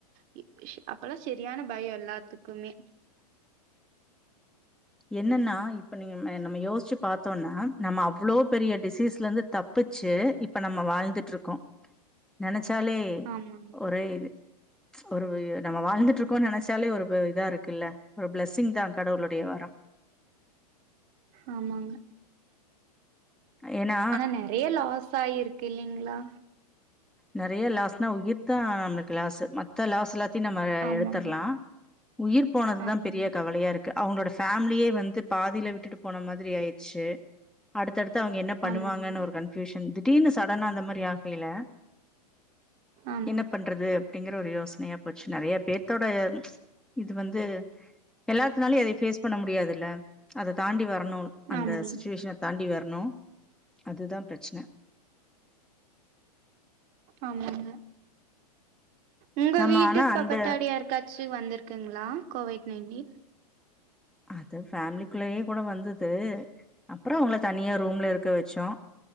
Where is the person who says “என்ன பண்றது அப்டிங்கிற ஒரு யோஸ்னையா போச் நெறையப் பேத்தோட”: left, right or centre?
Centre